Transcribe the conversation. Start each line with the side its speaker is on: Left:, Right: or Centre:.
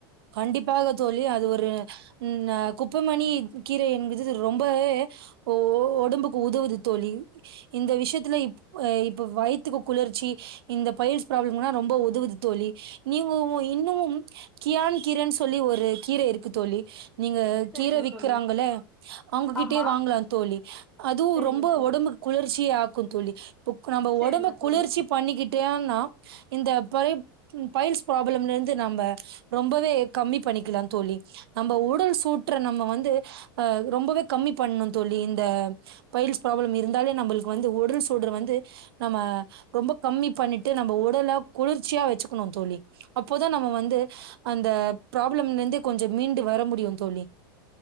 Right: கண்டிப்பாக தோழி அது ஒரு இன்ன குப்பமேணி கீரை என்பது ரொம்பவே ஓ ஓ ஒடம்புக்கு உதவுது தோழி இந்த விஷ்யத்துல இப் அ இப்ப வயித்துக்கு குளர்ச்சி இந்த பயில்ஸ் ப்ராப்ளம்னா ரொம்ப உதவுது தோழி நீங்கோவ் இன்னமும் கியான் கீரன் சொல்லி ஒரு கீர இருக்கு தோழி நீங்க
Centre: செரிங்க
Right: கீர வி்க்கிறாங்கள
Centre: தோழி
Right: அவுங்ககிட்டியே
Centre: ஆமா
Right: வாங்கலாந் தோழி அதுவு
Centre: செரிங்க
Right: ரொம்ப
Centre: தோழி
Right: ஒடம்புக்கு குளிர்ச்சியாக்குந் தோழி இப்போக் நம்ம
Centre: செரிங்க
Right: ஒடம்ப குளிர்ச்சி
Centre: தோழி
Right: பண்ணிகிட்டேன்னா இந்த பறையப் ம் பயில்ஸ் ப்ராப்ளம்லருந்து நம்ம ஏக் கம்மி பண்ணிக்கிலாந் தோழி நம்ப உடல் சூற்ற நம்ம வந்து அ ரொம்பவேக் கம்மி பண்ணுந் தோழி இந்த பயில்ஸ் ப்ராப்ளம் இருந்தாலே நம்பளுக்கு வந்து உடல் சூடுற வந்து நம்ம ரொம்பக் கம்மி பண்ணிட்டு நம்ப உடலக் குளிர்ச்சியா வெச்சுகுணுந் தோழி அப்போதா நம்ம வந்து அந்த ப்ராப்ளம்னந்து கொஞ்சம் மீண்டு வர முடியுந் தோழி